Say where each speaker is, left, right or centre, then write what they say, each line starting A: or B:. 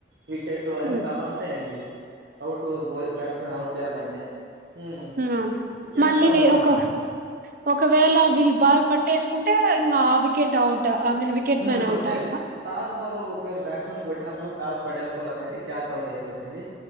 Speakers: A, on the right (about 80°); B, on the right (about 50°).
A: wicket అన్ని
B: ఉమ్
A: చాలా ఉంటాయండి అవుట్ బ బ్యాట్స్మెన్ అవుట్ చేయాలంటే హ్మ్.
B: హమ్
A: అన్నీ చేస్తా
B: మళ్ళీ
A: ఉంటాం.
B: ఒక ఒకవేళ వీళ్ళు బాల్ పట్ వేసుకుంటే ఇంగ ఆ wicket out I mean wicket
A: మ్
B: మ్యాన్ అవుటా
A: అంతే అండి
B: ఇంగా
A: టాస్ బాల్ ఒకవేళ బ్యాట్స్మెన్ కొట్నప్పుడు టాస్ పట్టేసుకున్నారంటె క్యాచ్ అవుట్ అయిపోదండి